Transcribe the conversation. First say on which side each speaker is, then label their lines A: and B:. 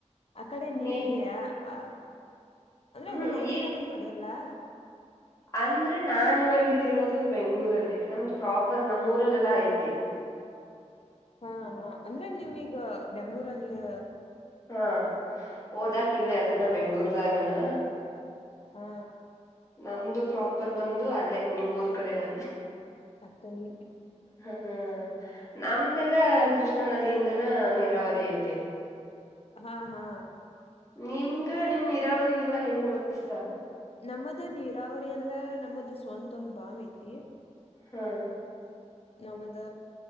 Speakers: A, on the left; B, on the left.
A: ಆ ಕಡೆ ನೀರ
B: ನೀ
A: ಇದೆಯಾ ಹಾ. ಅಂದ್ರೆ
B: ಹ್ಮ್
A: ಹೊಳಿ ನೀರ
B: ಈಗ
A: ನಿಮ್ ಕಡೆ ಅಲ್ಲಾ.
B: ಅಂದ್ರೆ ನಾನ್ ಇವಾಗ ಇಲ್ಲಿ ಇರೋದು ಬೆಂಗ್ಳೂರಲ್ಲಿ ನಮ್ದು ಪ್ರಾಪರ್ ನಮ್ ಊರಲೇಲ್ಲ ಐತಿ.
A: ಹಾ ಹಾ ಅಂದ್ರೆ ನೀವೀಗ ಬೆಂಗ್ಗಳೂರಲ್ಲಿ.
B: ಹಾ ಓದಾಕ ಇಲ್ಲ ಅದನ್ನ
A: ಹ
B: ಬೆಂಗ್ಳೂರ್ದಾಗನ.
A: ಹಾ ಹಾ.
B: ನಮ್ದು ಪ್ರಾಪರ್ ಬಂದು ಅಲ್ಲೇ ನಿಮ್ಮೂರ್ ಕಡೆನ
A: ಅಥಣಿ.
B: ಹ್ಮ ನಮ್ದೆಲ್ಲಾ ಕೃಷ್ಣಾ ನದಿಯಿಂದನ ನೀರಾವರಿ ಐತಿ.
A: ಹಾ ಹಾ.
B: ನಿಮ್ಗ ನಿಮ್ ನೀರಾವರಿಗೆಲ್ಲಾ ಹೆಂಗ ಅಷ್ಟ.
A: ನಮ್ಮದು ನೀರಾವರಿ ಎಲ್ಲ ನಮ್ಮದು ಸ್ವಂತ ಒಂದ್ ಬಾವಿ ಐತಿ.
B: ಹಾ.
A: ನಮದ